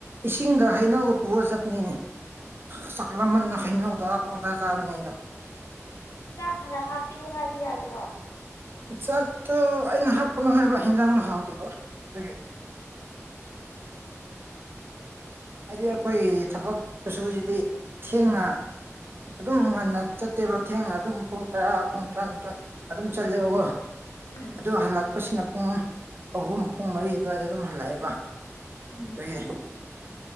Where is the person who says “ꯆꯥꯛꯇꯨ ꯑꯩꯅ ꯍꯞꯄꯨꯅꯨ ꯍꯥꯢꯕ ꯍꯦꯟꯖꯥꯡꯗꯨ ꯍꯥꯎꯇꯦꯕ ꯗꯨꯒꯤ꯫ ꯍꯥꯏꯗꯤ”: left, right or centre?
Right